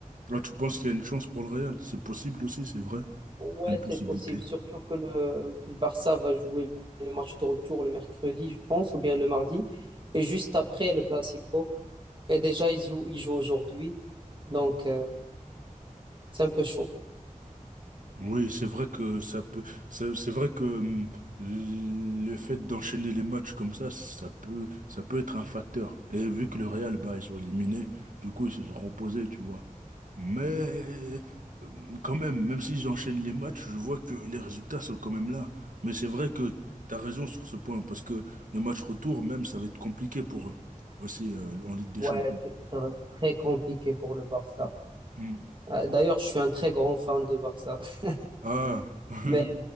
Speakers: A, on the right (about 70°); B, on the right (about 35°).
A: Là, tu penses qu'il y a une chance pour le Real? C'est possible aussi, c'est vrai.
B: Ouais,
A: C'est une possibilité.
B: c'est possible. Surtout que le, que le Barça va jouer le match de retour le mercredi, je pense, ou bien le mardi. Et juste après le Classico. Et déjà, ils jouent, ils jouent aujourd'hui. Donc, euh, c'est un peu chaud.
A: Oui, c'est vrai que ça peut, c'est c'est vrai que hum, le fait d'enchaîner les matchs comme ça, ça peut, ça peut être un facteur. Et vu que le Real, bah, ils sont éliminés, du coup, ils se sont reposés, tu vois. Mais hum, quand même, même s'ils enchaînent les matchs, je vois que les résultats sont quand même là. Mais c'est vrai que t'as raison sur ce point, parce que le match retour, même, ça va être compliqué pour eux, aussi, euh, en Ligue des
B: Ouais,
A: Champions.
B: c'est- ça va être très compliqué pour le Barça.
A: Hum.
B: Euh, d'ailleurs, je suis un très grand fan de Barça. <laughs>
A: Ah, <laughs> Hum,
B: Mais,